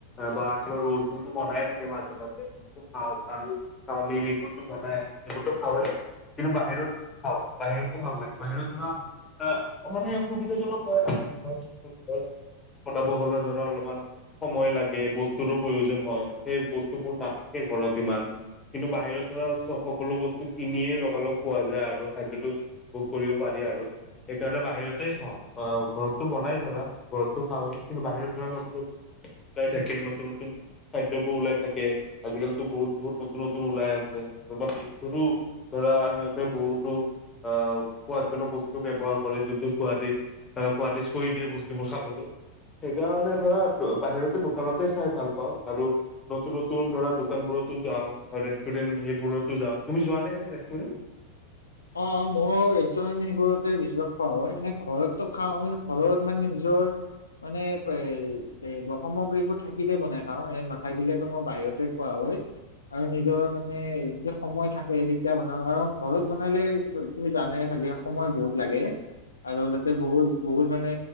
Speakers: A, on the left; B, on the left.
A: বা কিবা ৰোল চলটো বনাই থাকে মাজে মাজে, খাওঁ আৰু চাওমিন এইবোৰটো বনাই এইবোৰটো খাওয়ে। কিন্তু বাহিৰত খাওঁ, বাহিৰতো ভাল লাগে বাহিৰত ধৰা আহ মানে সুবিধাজনক হয়, <inaudible> বনাব হলে ধৰা অলপমান সময় লাগে, বস্তুৰো প্ৰয়োজন হয় সেই বস্তুবোৰ নাথাকে ঘৰত ইমান কিন্তু বাহিৰত ধৰা সক-সকলো বস্তু কিনিয়েই লগালগ পোৱা যায় আৰু খাদ্যটো বুক কৰিব পাৰি আৰু। সেইকাৰণে বাহিৰত তেই খাওঁ অ ঘৰতটো বনাই ধৰা, ঘৰতটো খাৱেই কিন্তু বাহিৰত ধৰা নতুন নতুন বচ ওলাই থাকে নতুন নতুন খাদ্যবোৰ ওলাই থাকে। আজিকালিতো বহুত বহুত নতুন নতুন ওলাই আছে <unintelligible> ধৰা সিহঁতে বহুতো আ সোৱাদজনক বস্তু ব্যৱহাৰ কৰে যোনটো সুৱাদি আ সুৱাদিছ কৰি দিয়ে বস্তুবোৰ খাবলৈ। সেইকাৰণে ধৰা ব বাহিৰতে দোকানতে খাই ভাল পাওঁ আৰু নতুন নতুন ধৰা দোকানবোৰতো যাওঁ, আ ৰেষ্টুৰেণ্ট সেইবোৰতো যাওঁ তুমি যোৱা নে এনে ৰেষ্টুৰেণ্ট?
B: অ, মোৰ ৰেষ্টুৰেন্ট সেইবোৰতে বেছিভাগ খোৱা হয়, এনে ঘৰতটো খাওঁ কিন্তু ঘৰত মানে নিজৰ মানে প্ৰাই এই ব সামগ্ৰীবোৰ থাকিলে বনাই খাওঁ এনে নাথাকিলেতো মই বাহিৰতে খোৱা হয়। আৰু নিজৰ মানে যেতিয়া সময় থাকে তেতিয়া বনাওঁ আৰু ঘৰত বনালে তু তুমি জানায়ে চাগে সময় বহুত লাগে। আৰু তাতে বহুত বহুত মানে